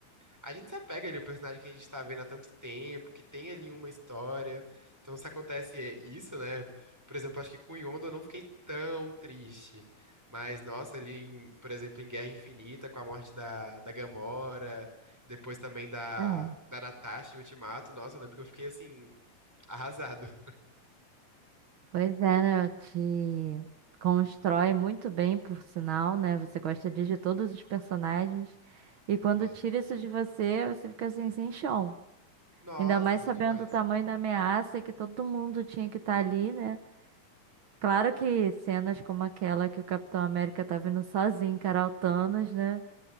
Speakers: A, in the centre; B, on the right.
A: a gente se apega ali ao personagem que a gente tá vendo há tanto tempo, que tem ali uma história. Então, se acontece é, isso, né? Por exemplo, acho que com Yondu eu não fiquei tão triste. Mas, nossa, ali, em- por exemplo, em Guerra Infinita, com a morte da, da Gamora, depois também da,
B: É.
A: da Natasha em Ultimato, nossa, eu lembro que eu fiquei, assim, arrasado. <laughs>
B: Pois é, né? Te constrói muito bem, por sinal, né? Você gosta ali de todos os personagens. E quando
A: É.
B: tira isso de você, você fica assim, sem chão.
A: Nossa,
B: Ainda mais sabendo
A: demais.
B: o tamanho da ameaça e que todo mundo tinha que estar ali, né? Claro que cenas como aquela que o Capitão América tá vindo sozinho encarar o Thanos, né?